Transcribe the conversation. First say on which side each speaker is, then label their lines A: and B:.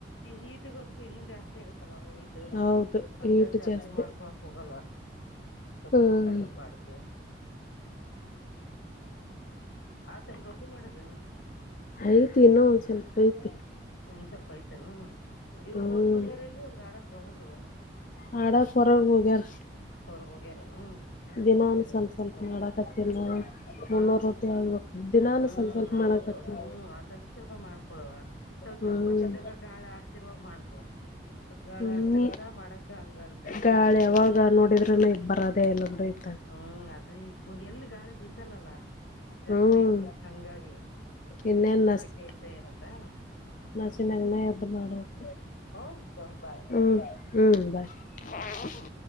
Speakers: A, on the left (about 75°); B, on the left (about 45°).
A: ಈ ಹೀಟ್ಗೊದಕು ಇನ್ನು ಜಾಸ್ತಿ ಆಗತ್ತಲ್ಲ ಅವ ಹೀಟ
B: ಹೌದು
A: ಹಂಗಜಾಸ್ತಿ
B: ಈಟು ಜಾಸ್ತಿ
A: ಮಾಡ್ಕೊಳಕ್ ಹೋಗಲ್ಲ ಸ
B: ಹ್ಮ್
A: ತುಂಬ ಕಡಿಮೆ ಮಾಡತ ಆ ತನ್ ರೊಟ್ಟಿ ಮಾಡುದು
B: ಐ್ತ ಇನ್ನು ಸ್ವಲ್ಪ ಐತ್
A: ಇನ್ನು ಸ್ವಲ್ಪ ಐ್ತಲ್ಲ ಇವರು
B: ಹ್ಮ್
A: ಹೋಗಿ ಬಂದಾರ ಎಲ್ಲೂ ಅದ್ರ ಆಡಕ್ಕ ಹಡರು
B: ಹಡಾ ಕೊರಗ ಹೋಗಾರ
A: ಹೊರಗೆ ಹೋಗ್ಯಾರನು
B: ದಿನ
A: ಹ್ಮ್
B: ಸ್ವಲ್ಪ ಸ್ವಲ್ಪ ಮಾಡಕತ್ತಿಲ್ಲ ಹ ನೂರು
A: ಹಾ
B: ರೋಟಿ ಆಗ್ಬೇಕ ದಿನಾನು
A: ಹ್ಮ್
B: ಸ್ವಲ್ ಸ್ವಲ್ಪ
A: ಹೌದೌದು
B: ಮಾಡಕತ್ತಿನಿ
A: ಹ್ಆ ಸ್ವಲ್ಪ ಸ್ವಲ್ಪ ಮಾಡ್ಕೊಳುವ ಸ್ವಲ್ಪ
B: ಹ್ಮ್
A: ದಂಪತಿದಾಗ ಗಾಳ ಆಡ್ತಿರ್ವಾಗ ಮಾಡ್ಕೊ ಸ್ವಲ್ಪ ಗಾಳ
B: ಹ್ಮ್
A: ಆಡ್ತಿರುತ್ತಾ ಮಾಡಕ್ಕೆ ಹಂಗ ಜಾಸ್ತಿ
B: ಗಾಳಿ
A: ಇದು ಅನ್ಸಲ್ಲ
B: ಯಾವಾಗ ನೋಡಿದ್ರೂನು ಈಗ್ ಬರದೇ ಎಲ್ಲ ಕೂಡ ಇ
A: ಹ್ಮ್ ಅದು ಈಗ ಎಲ್ಲಿ ಗಾಳಿ ಬಿಸಲ ಜಾಸ್ತಿ
B: ಹ್ಮ್
A: ಹಂಗಾಗಿ
B: ಇನ್ನೇನ್
A: ಸಕ್ಕತ್ತುಸೆಖೆ ಇದ್ದ ಇರತ್ತಾ
B: ನಸಿನಂಗನ ಎದ್ದ ಮಾಡಕ್
A: ಓಕೆ ಬಾಯ್
B: ಹ್ಮ್ ಹ್ಮ್ ಬ ಹ್ಮ